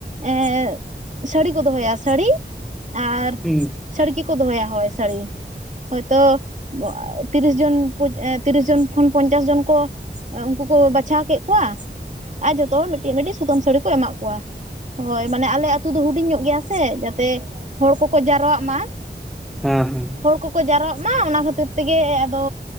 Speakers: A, on the right; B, in the centre.
A: ᱮᱸᱜ ᱥᱟᱹᱲᱤ ᱠᱚ ᱫᱚᱦᱚᱭᱟ ᱥᱟᱹᱲᱤ ᱟᱨ
B: ᱦᱩᱸ
A: ᱥᱟᱹᱲᱤ ᱜᱤᱠᱚ ᱫᱚᱦᱚᱭᱟ ᱦᱚᱭᱳ ᱥᱟᱹᱲᱤ ᱦᱳᱭᱛᱚ ᱛᱤᱨᱤᱥ ᱡᱚᱱ ᱛᱤᱨᱤᱥ ᱡᱚᱱ ᱠᱷᱚᱱ ᱯᱚᱧᱪᱟᱥ ᱡᱚᱱ ᱠᱚ ᱩᱱᱠᱩ ᱠᱚ ᱵᱟᱪᱷᱟᱣ ᱠᱮᱫ ᱠᱚᱣᱟ ᱟᱨ ᱡᱚᱛᱚ ᱦᱚᱲ ᱢᱤᱫᱴᱤᱡ ᱢᱤᱫᱴᱤᱡ ᱥᱩᱛᱟᱹᱢ ᱥᱟᱹᱲᱤ ᱠᱚ ᱮᱢᱟᱜ ᱠᱚᱣᱟ ᱦᱳᱭ ᱢᱟᱱᱮ ᱟᱞᱮ
B: ᱦᱮᱸ
A: ᱟᱛᱩ ᱫᱚ ᱦᱩᱰᱤᱧ ᱧᱚᱜ ᱜᱮᱭᱟ ᱥᱮ ᱡᱟᱛᱮ ᱦᱚᱲ ᱠᱚᱠᱚ ᱡᱟᱣᱨᱣᱟᱜ ᱢᱟ
B: ᱦᱮᱸ ᱦᱮᱸ
A: ᱦᱚᱲ ᱠᱚᱠᱚ ᱡᱟᱣᱨᱣᱟᱜ ᱢᱟ ᱢᱟ ᱚᱱᱟ ᱠᱷᱟᱹᱛᱤᱨ ᱛᱮᱜᱮ ᱟᱫᱚ